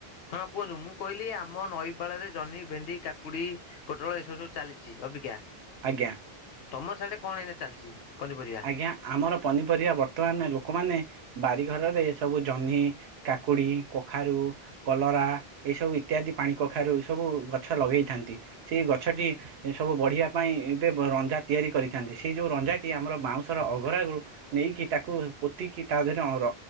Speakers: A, on the left; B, on the right.
A: ହଁ କୁହନ୍ତୁ। ମୁଁ କହିଲି ଆମ ନଈ ପାଳରେ ଜହ୍ନି, ଭେଣ୍ଡି, କାକୁଡି ପୋଟଳ ଏ ସବୁ ସବୁ ଚାଲିଚି ଅବିକା।
B: ଆଜ୍ଞା।
A: ତମ ସାଡେ କଣ ଏଇନା ଚାଲିଚି ପନିପରିବା?
B: ଆଜ୍ଞା ଆମର ପନିପରିବା ବର୍ତ୍ତମାନ ଲୋକମାନେ ବାରି ଘରରେ ସବୁ ଜହ୍ନି କାକୁଡି, କଖାରୁ କଲରା ଏସବୁ ଇତ୍ୟାଦି ପାଣି କଖାରୁ ଏ ସବୁ ଗଛ ଲଗେଇଥାନ୍ତି। ସେଇ ଗଛଟି ସବୁ ବଢିବା ପାଇଁ ଏବେ ରଞ୍ଜା ତିଆରି କରିଥାନ୍ତି ସେଇ ଯୋଉ ରଞ୍ଜାଟି ଆମର ବାଉଁଶର ଅଗ୍ରାଗରୁ ନେଇକି ତାକୁ ପୋତିକି ତା ଦେହରେ ଅ ର